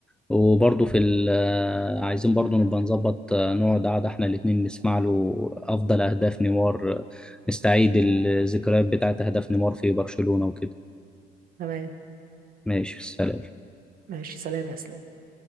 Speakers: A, in the centre; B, on the right.
A: وبرضه في ال... آه، عايزين برضه نبقى نظبط آه، نقعد قعده احنا الاتنين نسمع له افضل اهداف نيمار آه، نستعيد الذكريات بتاعت اهداف نيمار في برشلونة وكده
B: تمام
A: ماشي سلام
B: ماشي سلام يا اسلام